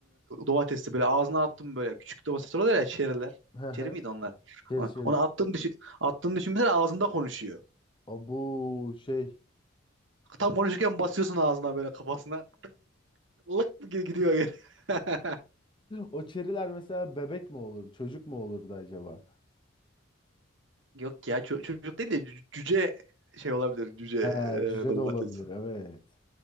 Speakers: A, on the right; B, on the left.
A: domatesi böyle ağzına attım böyle küçük domatesler oluyor ya çeriler.
B: <laughs>
A: Çeri miydi onlar?
B: Çeri çeri.
A: Onu attığını düşün, attığını düşünsene ağzında konuşuyor.
B: O bu şey. <laughs>
A: Tam konuşurken basıyorsun ağzına böyle kafasına. lık gidiyor geri. <laughs>
B: O çeriler mesela bebek mi olur, çocuk mu olurdu acaba?
A: Yok ya ço- çocuk değil de cü- cüce şey olabilir. Cüce
B: Ha, cüce
A: e, domates.
B: de olabilir. Evet.